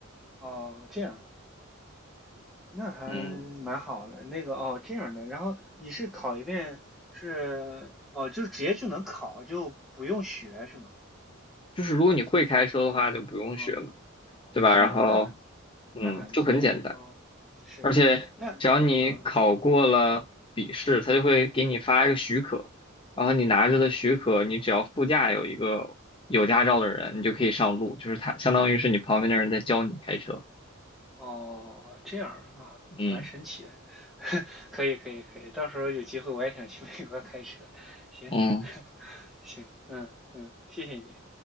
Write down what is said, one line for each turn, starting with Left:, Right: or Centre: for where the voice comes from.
Centre: 哦，这样。那还蛮好的。
Left: 嗯，
Centre: 那个哦，这样的，然后你是考一遍是哦，就直接就能考，就不用学是吗？
Left: 就是如果你会开车的话，就不用学嘛，
Centre: 哦哦，
Left: 对吧？
Centre: 这样那还
Left: 然后，嗯，
Centre: 那还蛮好的哦，
Left: 就很简单。
Centre: 是那嗯
Left: 而且只要你考过了笔试，他就会给你发一个许可，然后你拿着的许可，
Centre: 哦
Left: 你只要副驾有一个有驾照的人，
Centre: 嗯
Left: 你就可以上路，就是他相当于是你旁边的人在教你开车。
Centre: 哦这样啊，
Left: 嗯，
Centre: 蛮神奇的，<laughs> 可以可以可以，到时候有机会我也想去美国开车，行
Left: 嗯，
Centre: <laughs> 行，嗯嗯，谢谢你